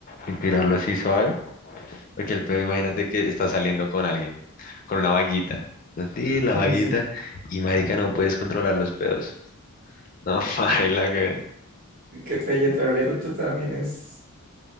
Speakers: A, on the left (about 35°); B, on the right (about 40°).
A: y tirarlo así suave. Porque el pedo, imagínate que está saliendo con alguien, con una vaguita. Sí, la
B: Sí,
A: vaguita. Y marica, no puedes controlar los pedos. No, <laughs> baila, que...
B: Qué pelle, pero el eructo también es,